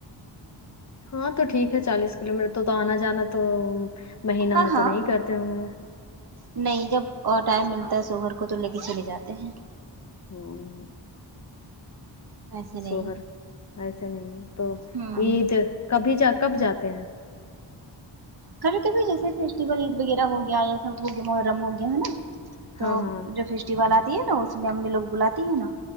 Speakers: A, on the left (about 35°); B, on the right (about 55°).
A: ہاں تو ٹھیک ہے چالیس کلو میٹر تو تو آنا جانا تو مہینہ
B: ہاں
A: میں
B: ہاں
A: تو نہیں کرتے ہوں گے
B: نہیں جب اور ٹائم ملتا ہے شوہر کو تو لے کے چلے جاتے ہیں
A: ہوں
B: ایسے نہیں
A: شوہر ایسے نہیں ہے تو
B: ہوں
A: عید کبھی جا کب جاتے ہیں
B: کبھی کبھی جیسے فیسٹیول عید وغیرہ ہو گیا یہ سب ہو گیا محرم ہو گیا ہے نا تو
A: ہاں ہاں
B: جو فیسٹیول آتی ہے نا اس میں امی لوگ بلاتی ہے نا